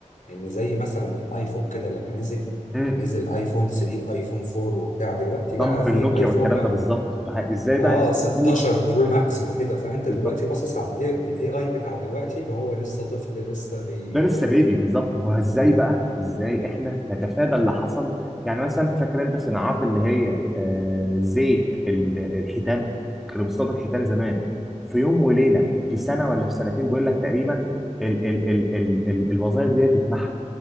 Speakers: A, on the left (about 80°); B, in the centre.
A: لان زي مثلا الايفون كده لما نزل
B: مم.
A: نزل ايفون 3 وايفون 4 وبتاع دلوقتي
B: دمر
A: بقى في
B: النوكيا
A: ايفون
B: والكلام
A: بقى
B: ده بالظبط فازاي بقى
A: اه
B: نستفيد
A: 16 برو ماكس وكده فانت
B: بالظبط
A: دلوقتي باصص على الاي الاي اي بتاع دلوقتي اللي هو لسه طفل لسه بي...
B: ده لسه بيبي بالظبط ما هو ازاي بقى ازاي احنا نتفادى اللي حصل يعني مثلا فاكر انت صناعات اللي هي آه، زيت ال- الحيتان كانوا بيصطادوا الحيتان زمان في يوم وليله في سنه ولا في سنتين بيقول لك تقريبا ال ال ال ال ال الوظائف دي اتمحت